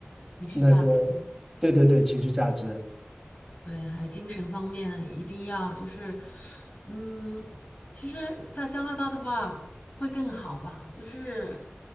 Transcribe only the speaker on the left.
情绪价值
对，还有精神方面一定要就是，嗯，其实，在加拿大的话会更好吧，就是，